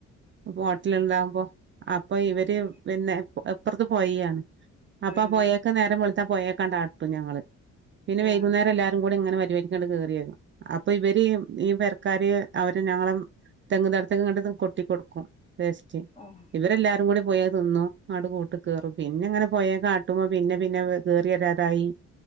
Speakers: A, on the right; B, on the left.
A: ഹോട്ടല ഉണ്ടാാവുമ്പോ അപ്പൊ ഇവര്
B: ആഹ്
A: പിന്നെ അപ്പുറത്ത് പോയിയാണ് അപ്പൊ
B: ആഹ്
A: പോയക്കെ നേരം വെ ത്ത പോയേക്കണ്ടാട്ടും ഞങ്ങള് പിന്നെ
B: ആഹ്
A: വൈകുന്നേരം
B: ആഹ്
A: എല്ലാരും കൂടി ങ്ങനെ പിന്നെണ്ട് കെറിരും അപ്പൊ ഇവര് മീ ര് അവര് ഞങ്ങളും തെങ്ങ് തടത്ക്ക് കൊട്ടി കൊടുക്കും വെസ്റ്റ്
B: ആഹ് ആഹ്
A: ഇവരെല്ലാരും കൂടി പോയ തിന്നു ആണ്ട് കൂട്ട് കേറും പിന്നെ അങ്ങനെ പോയേ കാട്ടുമ്പോ പിന്നെ പിന്നെ കെറിവരാതായി